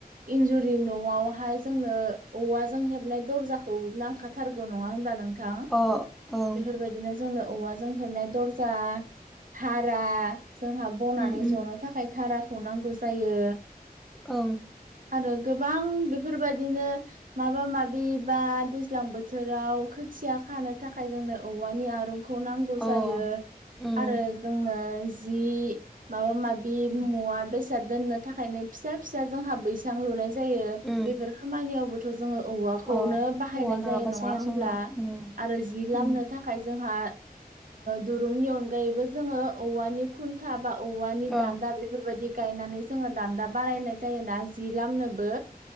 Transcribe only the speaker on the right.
इन्जुरि न' न'आवहाय जोंनो औवाजों हेबनाय दरजाखौ नांखा थारगौ नङा होनब्ला नोंथां
बेफोरबायदिनो जोंनो औवाजों खेबनाय दरजा थारा जोंहा बनानै
जनो थाखाय धाराखौ नांगौ जायो।
आरो गोबां बेफोरबायदिनो माबा माबि बा दैज्लां बोथोराव खोथिया खानो थाखाय जोंनो औवानि आरं खौ नांगौ
जायो
आरो जोंनो जि माबा माबि मुवा बेसाद दोननो थाखायनो फिसा फिसा जोंहा बैसां लुनाय जायो
बेफोर खामानियावबोथ' जोङो औवाखौनो
बाहायनाय
जायो नङा
होमब्ला
आरो जि लामनो
थाखाय थाखाय जोंहा दुरुंनि अनगायैबो जोङो औवानि खुन्था बा औवानि
दान्दा बे बेफोरबायदि गायनानै जोङो दान्दा बारायनाय जायोना जि लामनोबो